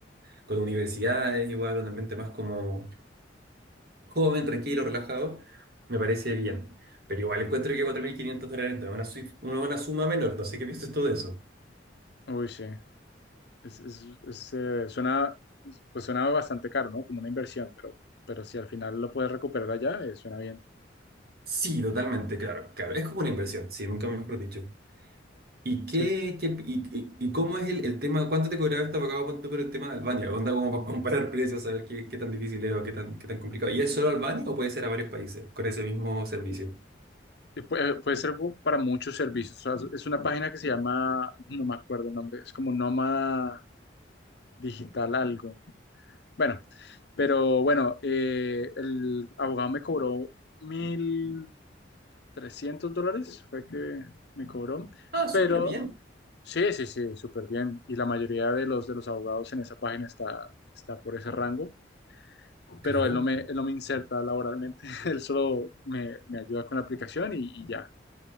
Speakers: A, on the right; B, on the left.
A: con universidades, igual, un ambiente más como joven, tranquilo, relajado. Me parece bien. Pero igual encuentro que 4.500 dólares no es una, sui- una buena suma menor. No sé qué piensas tú de eso.
B: Uy, sí, es, es- es, eh, suena, pues suena bastante caro, ¿no? Como una inversión, pero, pero si al final lo puedes recuperar allá, eh, suena bien.
A: Sí, totalmente, claro, claro. Es como una inversión, sí, nunca mejor dicho. ¿Y qué,
B: Sí,
A: qué- y, y- y cómo es el, el tema? ¿Cuánto te cobraba este abogado punto por el tema de Albania? Onda como para comparar precios, saber qué, qué tan difícil es o qué tan, qué tan complicado. ¿Y es solo Albania o puede ser a varios países con ese mismo servicio?
B: Y puede, puede ser bu- para muchos servicios. O sea, es una página que se llama, no me acuerdo el nombre, es como Nómada Digital algo. Bueno, pero bueno, eh, el abogado me cobró mil. trescientos dólares fue que me cobró,
A: Ah, súper
B: pero
A: bien.
B: sí, sí, sí, súper bien. Y la mayoría de los, de los abogados en esa página está, está por ese rango,
A: Claro.
B: pero él no me, él no me inserta laboralmente, <laughs> él solo me, me ayuda con la aplicación y, y ya.